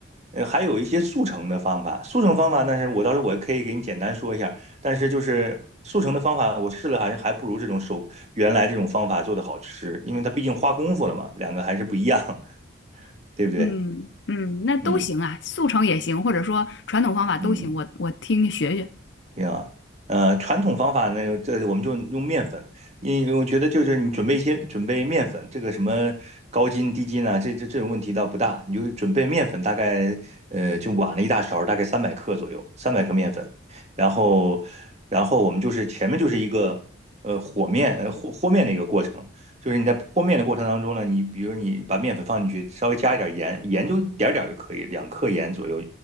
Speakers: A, on the right; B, on the left.
A: 呃，还有一些速成的方法。速成方法，但是我到时候我可以给你简单说一下。但是就是速成的方法，我试了好像还不如这种手原来这种方法做的好吃，因为它毕竟花功夫了嘛，两个还是不一样，<laughs> 对不对？
B: 嗯嗯，那都行啊，
A: 嗯
B: 速成也行，或者说传统方法都行，
A: 嗯。
B: 我我听听学学
A: 对啊，呃，传统方法那个，这我们就用面粉，因为我觉得就是你准备一些准备面粉，这个什么高筋低筋啊，这这这种问题倒不大，你就准备面粉，大概呃就碗了一大勺，大概三百克左右，三百克面粉，然后然后我们就是前面就是一个呃和面呃和和面的一个过程，就是你在和面的过程当中呢，你比如你把面粉放进去，稍微加一点盐，盐就一点儿点儿就可以，两克盐左右，